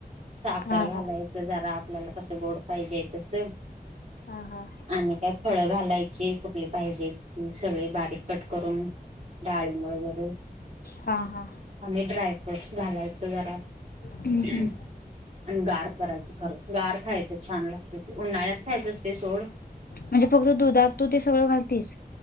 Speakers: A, on the right; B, on the left.
A: साखर
B: हा
A: घालायचं.
B: हा
A: जरा आपल्याला कसं गोड पाहिजे आहे तस.
B: हा हा.
A: आणि काय फळं घालायची कुठली पाहिजे त सगळी बारीक. कट करून डाळीब वगैरे,
B: हा हा
A: आणि ड्राय फ्रूट्स घालायच जरा.
B: हम्म
A: <inaudible>
B: हम्म
A: आणि गार करायचं खरं गार खायचं छान लागत ते उन्हाळ्यात खायचं असते ते सोड.
B: म्हणजे फक्त दुधात तू ते सगळं घालतीस.